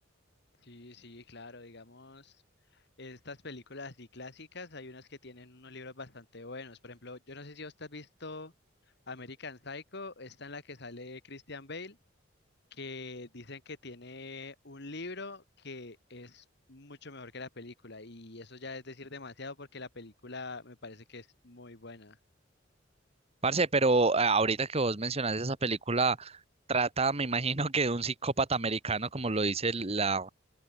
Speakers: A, on the left (about 60°); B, on the right (about 30°).
A: Sí, sí, claro, digamos, estas películas así clásicas, hay unas que tienen unos libros bastante buenos. Por ejemplo, yo no sé si vos has visto American Psycho, esta en la que sale Christian Bale, que dicen que tiene un libro que es mucho mejor que la película, y eso ya es decir demasiado porque la película me parece que es muy buena.
B: Parce, pero ah, ahorita que vos mencionas esa película, trata, me imagino que de un psicópata americano, como lo dice el- la,